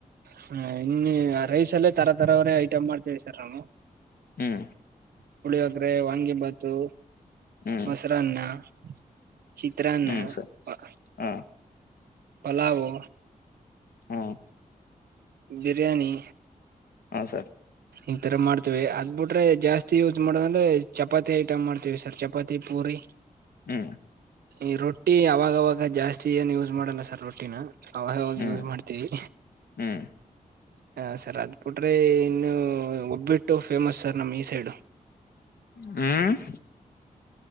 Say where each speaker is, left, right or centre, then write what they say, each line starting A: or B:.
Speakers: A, on the right; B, on the left.
A: ಹ್ಮ್ ರೈಸಲ್ಲೇ ತರ ತರವರೇ ಐಟಮ್ ಮಾಡ್ತೀವಿ ಸರ್ ನಾವು
B: ಹ್ಮ್
A: ಪುಳಿಯೊಗರೆ ವಾಂಗಿಬಾತು
B: ಹ್ಮ್
A: ಮೊಸರನ್ನ ಪ್ಚ್ ಹ ಚಿತ್ರನ್ನ
B: ಹ್ಮ್ ಸರ್
A: ಪರ
B: ಹ್ಮ್
A: ಪಲಾವ
B: ಹಾ
A: ಬಿರಿಯಾನಿ
B: ಹಾ ಸರ್
A: ಇಥರ ಮಾಡ್ತೀವಿ ಅದ್ ಬಿಟ್ರೆ ಜಾಸ್ತಿ ಯೂಸ್ ಮಾಡೋದಂದ್ರೆ ಚಪಾತಿ ಐಟಮ್ ಮಾಡ್ತೀವಿ ಸರ್ ಚಪಾತಿ ಪೂರಿ
B: ಹ್ಮ್
A: ಈ ರೊಟ್ಟಿ ಅವಾಗವಾಗ ಜಾಸ್ತಿ ಏನು ಯೂಸ್ ಮಾಡಲ್ಲ ಸರ್ ರೊಟ್ಟಿನ ಅವ
B: ಹ್ಮ್
A: ಯೂಸ್ ಮಾಡ್ತೀವಿ
B: ಹ್ಮ್
A: ಹ ಸರ್ ಅದ್ ಬಿುಟ್ರೆ ಇನ್ನು ಒಬ್ಬಿಟ್ಟು ಫೇಮಸ್ ಸರ್ ನಮ ಈ ಸೈಡು
B: ಹ್ಮ್